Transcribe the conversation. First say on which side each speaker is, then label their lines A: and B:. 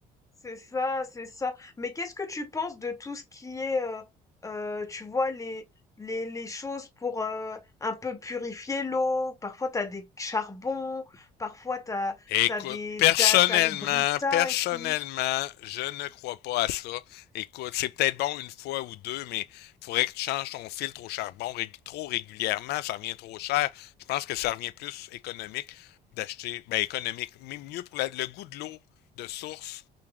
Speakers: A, on the left; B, on the left.
A: C'est ça, c'est ça. Mais qu'est-ce que tu penses de tout ce qui est, euh, euh, tu vois, les, les, les choses pour euh, un peu purifier l'eau? Parfois, t'as des charbons, parfois, t'as,
B: Écoute,
A: t'as des,
B: personnellement,
A: t'as, t'as les britas
B: personnellement,
A: et tout.
B: je ne crois pas à ça. Écoute, c'est peut-être bon une fois ou deux, mais faudrait que tu changes ton filtre au charbon rég- trop régulièrement, ça revient trop cher. Je pense que ça revient plus économique d'acheter, ben économique, mais mieux pour la- le goût de l'eau de source